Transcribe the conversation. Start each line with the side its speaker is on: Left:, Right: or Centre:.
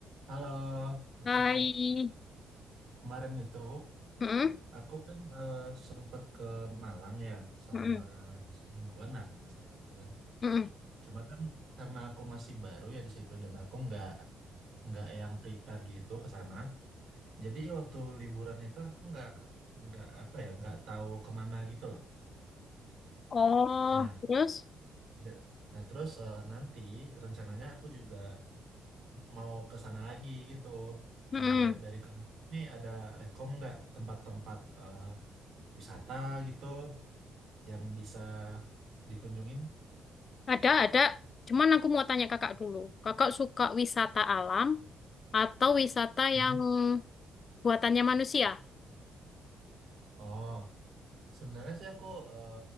Right: Halo, Retno.
Left: Hai.
Right: Kemarin itu
Left: Mm-mm,
Right: aku kan eh, sempat ke Malang ya selama
Left: mm-mm,
Right: semingguan lah kalau nggak salah gitu kan.
Left: mm-mm.
Right: Cuma kan karena aku masih baru ya di situ dan aku nggak nggak yang prepare gitu ke sana. Jadi waktu liburan itu aku nggak nggak apa ya nggak tahu kemana gitu loh.
Left: Oh,
Right: Nah,
Left: terus?
Right: ya- nah terus eh, nanti rencananya aku juga mau ke sana lagi gitu.
Left: Mm-mm.
Right: Nah, dari, dari kamu ini ada rekom nggak tempat-tempat eh, wisata gitu yang bisa dikunjungin?
Left: Ada, ada. Cuman aku mau tanya kakak dulu. Kakak suka wisata alam atau wisata
Right: Hmm.
Left: yang buatannya manusia?
Right: Oh, sebenarnya sih aku eh,